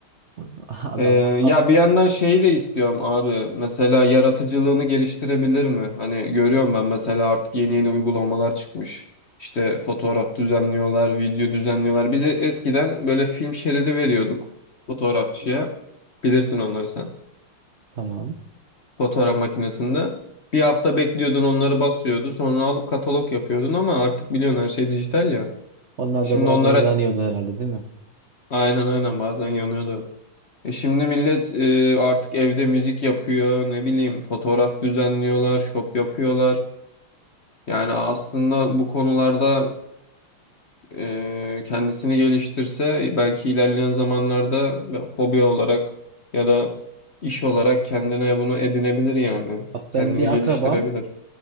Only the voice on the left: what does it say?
Ee,
ya bir
yandan şeyi de istiyorum abi. Mesela yaratıcılığını geliştirebilir mi? Hani görüyorum ben mesela artık yeni yeni uygulamalar çıkmış. İşte fotoğraf düzenliyorlar, video düzenliyorlar. Bize eskiden böyle film şeridi veriyorduk fotoğrafçıya. Bilirsin onları sen.
Fotoğraf makinesinde. Bir hafta bekliyordun onları basıyordu. Sonra alıp katalog yapıyordun ama artık biliyorsun her şey dijital ya.
Şimdi
onlara
aynen aynen bazen yanıyordu. E şimdi millet e, artık evde müzik yapıyor, ne bileyim fotoğraf düzenliyorlar, şop yapıyorlar. Yani aslında bu konularda e, kendisini geliştirse belki ilerleyen zamanlarda hobi olarak ya da iş olarak kendine bunu edinebilir yani.
Kendini
geliştirebilir.